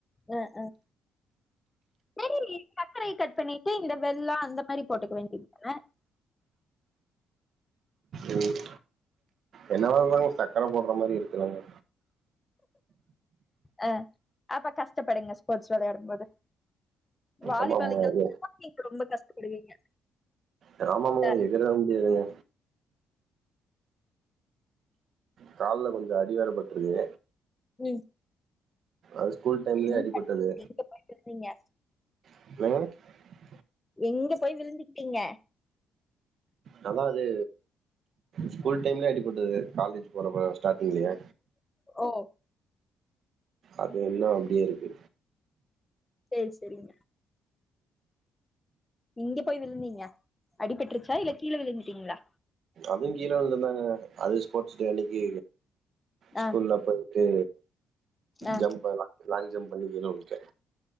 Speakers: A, on the left (about 15°); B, on the right (about 60°).
A: அஹ். சரி சக்கரைய கட் பண்ணிட்டு இந்த வெள்ளோ அந்த மாரி போட்டுக்க வேண்டியது தானே
B: ம் என்ன வாங்குவாங்க சக்கர போட்ற மாரி இருக்குலாங்க
A: அ அப்ப கஷ்டப்படுங்க ஸ்போட்ஸ் விளையாடும் போது வாலிபால்க்கெல்
B: ஆமாம் அது
A: <unintelligible> ரொம்ப கஷ்டப்படுவீங்க
B: அ ஆமா ஆமாங்க
A: இல்ல,
B: எகுற முடியாதுங்க கால்ல கொஞ்சோ அடி வேற பட்ருக்கு
A: ம்,
B: ஆஸ் ஸ்கூல் டைம்லேயே
A: என்ன
B: அடிபட்டது
A: பண்ணீங்க? எங்க போய் விழுந்தீங்க
B: <unintelligible>
A: எங்க போய் விழுந்துக்குட்டீங்க
B: நல்லா அது ஸ்கூல் டைம்லே அடி போட்டது காலேஜ் போறப்ப ஸ்டாட்டிங்லேயே
A: ஓ
B: அது இன்னோ அப்டியே இருக்கு
A: சேரி சேரிங்க இங்க போய் விழுந்தீங்க அடிபட்ருச்சா இல்ல கீழே விழுந்துட்டீங்களா
B: அதுவு கீழ விழுந்தது தாங்க அது ஸ்போட் ஸ் டே அன்னைக்கி ஸ்கூல்ல
A: ஆ
B: போயிட்டு
A: ஆ
B: ஜம்ப்பேல் லா லாங் ஜம்ப் பண்ணி கிழ உழுந்துடே